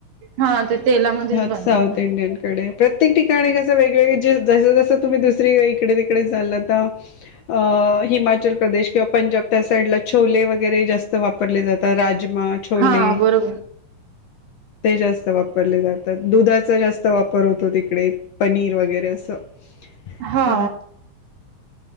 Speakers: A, on the right; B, on the left.
A: हा ते तेलामध्येच
B: ह
A: बनवता.
B: साऊथ इंडियन कडे प्रत्येक ठिका ते आणि कसं वेगवेगळी जस जसं तुम्ही दुसरी इडे तिकडे झालं तर अ हिमाचल प्रदेश किंवा पंजाब त्या साईडला छोले वगैरे जास्त वापरले जातात. रा राजमा छोले
A: हा बरोबर.
B: ते जास्त वापरले जातात. दुधाचा जास्त वापर होतो तिकडे. पनीर वगैरे अस <inaudible>
A: हा